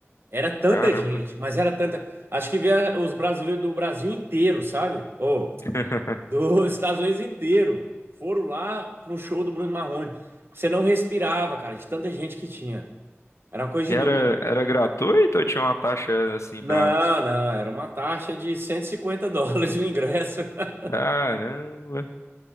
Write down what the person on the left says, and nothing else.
Caramba.
<laughs>
E
era,
era gratuito ou tinha uma taxa assim
pra.
Caramba.